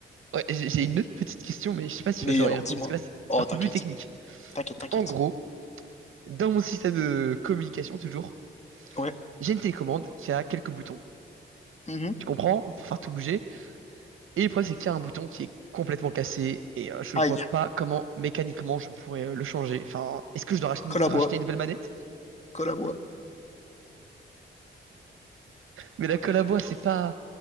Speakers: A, on the right; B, on the left.
A: ouais, j'ai j'ai une autre petite question, mais je sais pas si
B: Mais
A: tu vas savoir
B: alors,
A: y répondre,
B: dis-moi.
A: parce que là, c'est
B: Oh,
A: c'est un
B: t'inquiète,
A: peu plus technique.
B: t'inquiète, t'inquiète.
A: En gros, dans mon système de communication, toujours,
B: Ouais.
A: j'ai une télécommande qui a quelques boutons.
B: Mhm.
A: Tu comprends? Pour faire tout bouger. Et le problème, c'est qu'il y a un bouton qui est complètement cassé et euh, je
B: Aïe,
A: vois pas comment mécaniquement je pourrais euh, le changer. Enfin, est-ce que je dois racheter,
B: colle
A: une,
B: à
A: racheter
B: bois,
A: une nouvelle manette?
B: colle à bois.
A: Mais la colle à bois, c'est pas